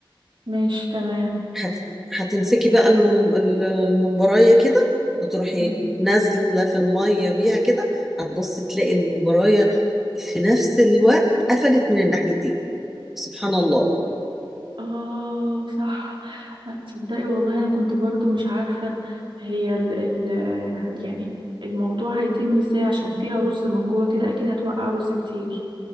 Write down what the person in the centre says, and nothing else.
هت... هتمسكي بقى المم... الممبرايه كده وتروحي
نازله في الميه بيها كده هتبصي تلاقي الممبرايه في نفس الوقت قفلت من الناحيتين سبحان الله